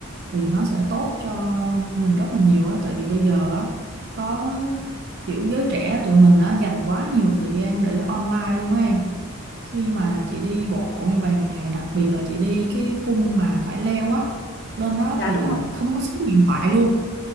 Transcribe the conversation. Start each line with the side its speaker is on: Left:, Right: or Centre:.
Right: thì nó sẽ tốt cho mình rất là nhiều á tại vì bây giờ á có kiểu giới trẻ tụi mình á dành quá nhiều thời gian để online luôn á em khi mà
Left: Ừ,
Right: chị đi bộ như vậy nè đặc biệt là chị đi cái cung mà phải leo á lên đó
Left: Dạ
Right: thì
Left: đúng
Right: là
Left: rồi.
Right: không có sóng điện thoại luôn